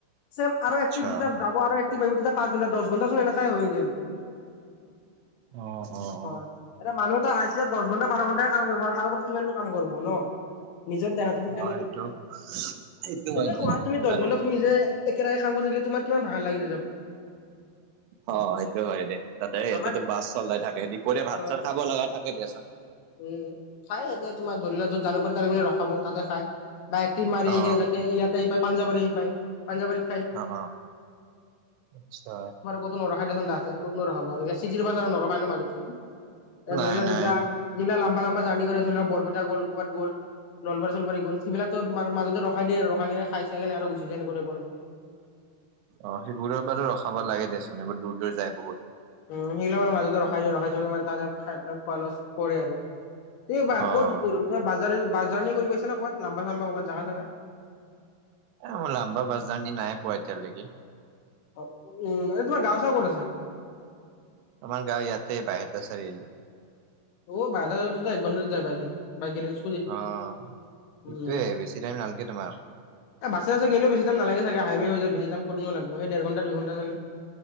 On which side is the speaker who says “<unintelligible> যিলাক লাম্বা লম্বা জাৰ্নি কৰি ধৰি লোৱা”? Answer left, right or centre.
Left